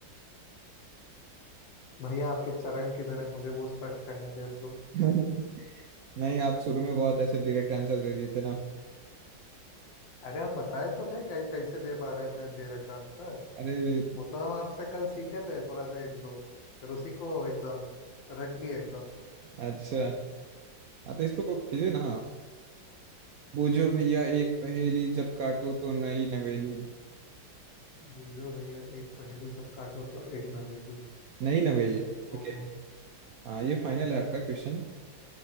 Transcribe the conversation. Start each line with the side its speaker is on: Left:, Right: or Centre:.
Left: भैया आपके चरण किधर है मुझे वो स्पर्श करने दे दो
Right: <laughs> नहीं आप शुरू में बहुत ऐसे डायरेक्ट आंसर दे दिए थे ना
Left: अरे हम बताए तो थे कै, कैसे दे पा रहे थे डायरेक्ट आंसर
Right: अरे
Left: वो तो हम आपसे कल सीखे थे थोड़ा सा एक दो फिर उसी को एकदम रट लिए एकदम
Right: अच्छा हाँ तो इसको कीजिए ना बूझो भैया एक पहेली जब काटो तो नई नवेली
Left: बूझो भैया एक पहेली जब काटो तो एक नवेदी
Right: नई नवेली
Left: बूझो
Right: ओके हाँ ये फाइनल है आपका क्वेश्चन